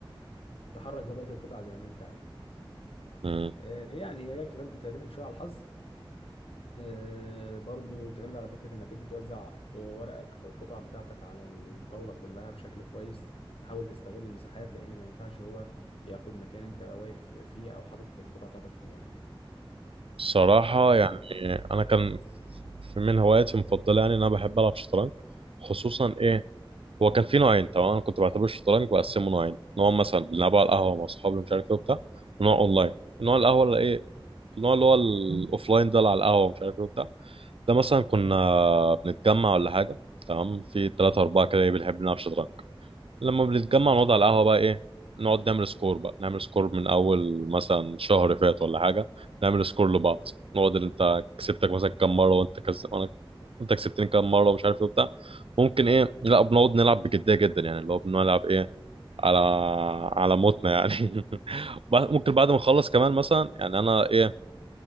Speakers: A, on the left; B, on the right.
A: تحرك بقى بقية القطع زي ما انت عايز
B: امم
A: آه، يعني هي لعبة بتعتمد بتعتمد شوية على الحظ آه، برضو بتعتمد على فكرة انك انت توزع ورقك او القطع بتاعتك على الطاولة كلها بشكل كويس تحاول تستغل المساحات لان ما ينفعش هو ياخد مكان انت واقف فيه او حاطط القطع بتاعتك فيه يعني
B: صراحة يعني أنا كان في- من هواياتي المفضلة يعني إن أنا بحب ألعب شطرنج خصوصا إيه هو كان في نوعين تمام أنا كنت بعتبر الشطرنج بقسمه نوعين نوع مثلا بنلعبه على القهوة مع أصحابي مش عارف إيه وبتاع ونوع أونلاين النوع القهوة اللي إيه النوع اللي هو الأوفلاين ده اللي على القهوة مش عارف إيه وبتاع ده مثلا كنا بنتجمع ولا حاجة تمام في تلاتة أربعة كده إيه بنحب نلعب شطرنج لما بنتجمع نقعد على القهوة بقى ايه نقعد نعمل سكور بقى نعمل سكور من اول مثلا شهر فات ولا حاجة نعمل سكور لبعض نقعد اللي انت كسبتك مثلا كام مرة وانت كز... وانا انت كسبتني كام مرة ومش عارف ايه وبتاع ممكن ايه لا بنقعد نلعب بجدية جدا يعني اللي هو بنلعب ايه على على موتنا يعني <laughs> بعد- ممكن بعد ما نخلص كمان مثلا يعني انا ايه